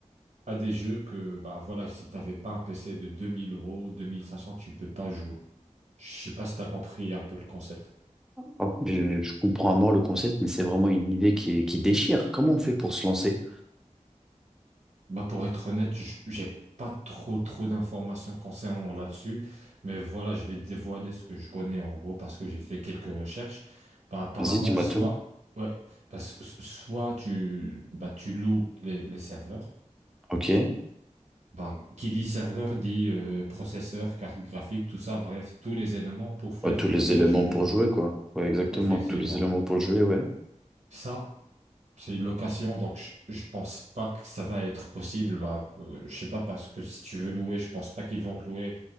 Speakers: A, on the right; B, in the centre.
A: à des jeux que bah voilà, si t'avais pas un PC de 2000 euros, 2500, tu peux pas jouer. Je sais pas si tu as compris un peu le concept.
B: Oh, je, je comprends à mort le concept, mais c'est vraiment une idée qui, est- qui déchire. Comment on fait pour se lancer?
A: Bah pour être honnête, j- j'ai pas trop trop d'informations concernant là-dessus, mais voilà, je vais dévoiler ce que je connais en gros parce que j'ai fait quelques recherches. Bah, apparemment,
B: Vas-y, dis-moi
A: soit
B: tout.
A: ouais, parce que s- soit tu bah tu loues les, les serveurs.
B: Ok.
A: Bah, qui dit serveur dit euh, processeur, carte graphique, tout ça, bref, tous les éléments pour faire
B: Ouais, tous
A: tourner
B: les éléments
A: un jeu vidéo.
B: pour jouer, quoi. Ouais, exactement.
A: Effectivement.
B: Tous les éléments pour jouer, ouais.
A: Ça, C'est une location, donc je, je pense pas que ça va être possible. Bah, euh, je sais pas parce que si tu veux louer, je pense pas qu'ils vont te louer